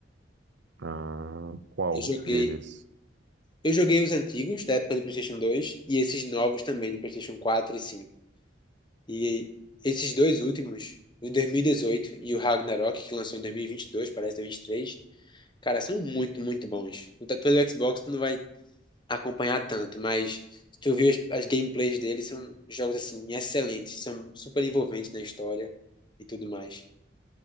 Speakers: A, on the right; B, on the left.
A: Ah, qual
B: Eu joguei,
A: deles?
B: eu joguei os antigos da época do PlayStation 2 e esses novos também do PlayStation quatro e cinco E esses dois últimos, o dois mil e dezoito e o Ragnarok, que lançou em dois mil e e vinte e dois parece dois mil e e vinte e três cara, são muito, muito bons. No tatu do Xbox tu não vai acompanhar tanto, mas se tu viu as, as gameplays deles, são jogos assim excelentes, são super envolventes na história e tudo mais.